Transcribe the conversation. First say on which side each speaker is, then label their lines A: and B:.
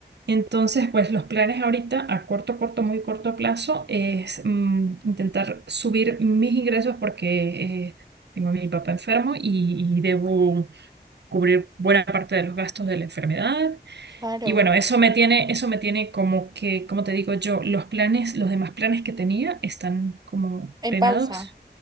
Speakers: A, on the right (about 75°); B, on the right (about 20°).
A: Entonces, pues los planes ahorita a corto, corto, muy corto plazo es mm, intentar subir mis ingresos porque eh, tengo a mi papá enfermo y, y debo cubrir buena parte de los gastos de la enfermedad.
B: Claro,
A: Y bueno, eso me tiene, eso me tiene como que, como te digo yo, los planes, los demás planes que tenía están como
B: en
A: frenados
B: pausa.